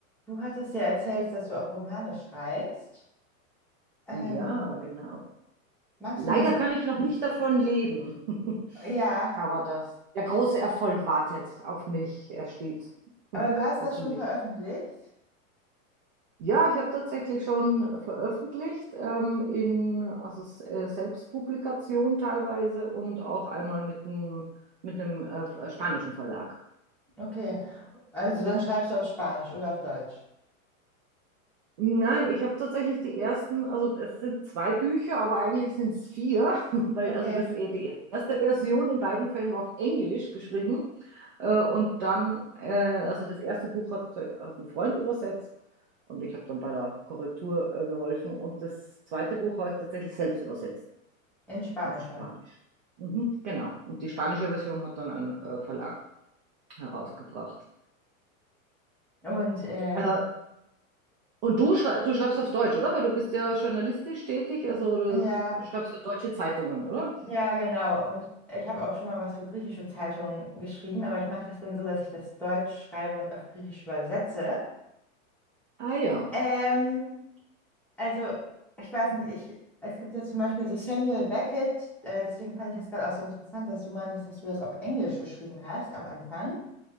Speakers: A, in the centre; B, on the right (about 35°).
A: Du hattest ja erzählt, dass du auch Romane schreibst. Ähm,
B: Ja, genau.
A: magst
B: Leider
A: du ein bisschen?
B: kann ich noch nicht davon leben, <laughs>
A: Ja,
B: aber das, der große Erfolg wartet auf mich. Er steht,
A: aber
B: <laughs>
A: du hast
B: hoffentlich.
A: das schon veröffentlicht?
B: Ja, ich habe tatsächlich schon veröffentlicht, ähm, in also s- äh, Selbstpublikation teilweise und auch einmal mit einem mit einem äh, spanischen Verlag.
A: Okay, also dann schreibst du auf Spanisch oder auf Deutsch.
B: Nein, ich habe tatsächlich die ersten, also es sind zwei Bücher, aber eigentlich sind es vier, <laughs> weil
A: Okay,
B: also das, äh, die erste Version in beiden Fällen war auf Englisch geschrieben äh, und dann, äh, also das erste Buch hat, hat ein Freund übersetzt und ich habe dann bei der Korrektur äh, geholfen und das zweite Buch habe ich tatsächlich selbst übersetzt
A: in Spanisch.
B: auf Spanisch.
A: ja.
B: Mhm, genau, und die spanische Version hat dann ein äh, Verlag herausgebracht.
A: Und ähm,
B: Äh, Und du, schrei du schreibst auf Deutsch, oder? Weil du bist ja journalistisch tätig, also du
A: ja,
B: schreibst für deutsche Zeitungen, oder?
A: ja, genau. Und ich habe auch schon mal was für griechische Zeitungen geschrieben, aber ich mache das dann so, dass ich das Deutsch schreibe und auf Griechisch übersetze.
B: Ah ja.
A: Ähm, Also, ich weiß nicht, ich, es gibt ja zum Beispiel so Samuel Beckett, äh, deswegen fand ich das gerade auch so interessant, dass du meintest, dass du das auf Englisch geschrieben hast am Anfang.